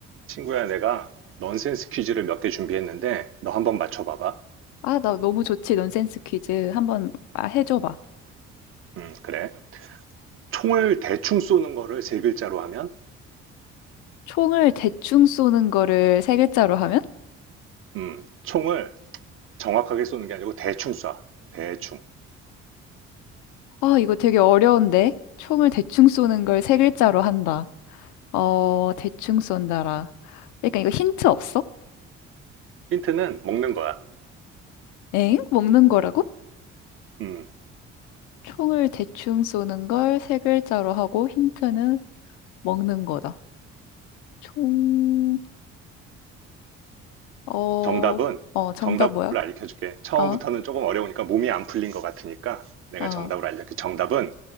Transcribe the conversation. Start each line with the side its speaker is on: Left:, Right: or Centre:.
Right: 친구야, 내가 넌센스 퀴즈를 몇 개 준비했는데 너 한번 맞춰봐봐.
Left: 아, 나 너무 좋지. 논센스 퀴즈 한번 아, 해줘봐.
Right: 음, 그래. 총을 대충 쏘는 거를 세 글자로 하면,
Left: 총을 대충 쏘는 거를 세 글자로 하면?
Right: 음, 총을 정확하게 쏘는 게 아니고 대충 쏴. 대충.
Left: 아, 이거 되게 어려운데. 총을 대충 쏘는 걸 세 글자로 한다. 어, 대충 쏜다라. 그러니까 이거 힌트 없어?
Right: 힌트는 먹는 거야.
Left: 엥? 먹는 거라고?
Right: 음,
Left: 총을 대충 쏘는 걸 세 글자로 하고 힌트는 먹는 거다. 총, 어,
Right: 정답은
Left: 어, 정답
Right: 정답을
Left: 뭐야?
Right: 알려줄게. 처음부터는
Left: 어,
Right: 조금 어려우니까 몸이 안 풀린 것 같으니까 내가
Left: 어,
Right: 정답을 알려줄게. 정답은